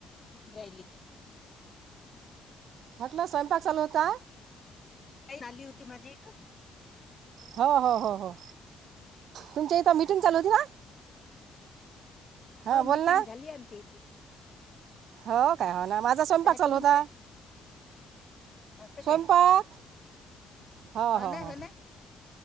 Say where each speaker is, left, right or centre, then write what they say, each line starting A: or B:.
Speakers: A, on the left (about 30°); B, on the right (about 75°).
A: ब्रयली.
B: हॉटेल स्वयंपाक चालू होता.
A: का आली होती माझी इथ,
B: हो हो हो हो तुमच्या इथं मीटिंग चालू होती ना? हां
A: ह
B: बोल
A: मिटिंग
B: ना
A: झाली आमची.
B: हो काय हो ना माझा स्वयंपाक
A: काय
B: चालू
A: करून
B: होता.
A: राहील असं
B: स्वयंपाक.
A: काय
B: ह
A: हो
B: ह
A: ना
B: ह
A: हो ना